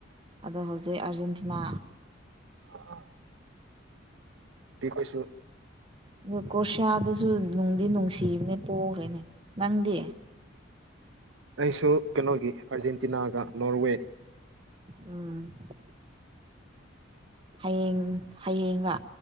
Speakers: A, on the right (about 25°); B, on the right (about 75°).
A: ꯑꯗꯣ ꯍꯧꯖꯤꯛ ꯑꯥꯔꯖꯦꯟꯇꯤ ꯅ
B: <inaudible> ꯄꯤꯈꯣꯏꯁꯨ
A: ꯑꯗꯨ ꯀꯣꯁꯤꯌꯥꯗꯨꯁꯨ ꯅꯨꯡꯗꯤ ꯅꯨꯡꯁꯤꯕꯅꯦ ꯄꯣꯈ꯭ꯔꯦꯅꯦ ꯅꯪꯗꯤ
B: ꯑꯩꯁꯨ ꯀꯩꯅꯣꯒꯤ ꯑꯥꯔꯖꯦꯟꯇꯤꯅꯥꯒ ꯅꯣꯔꯋꯦ
A: ꯎꯝ ꯍꯌꯦꯡ ꯍꯌꯦꯡꯂ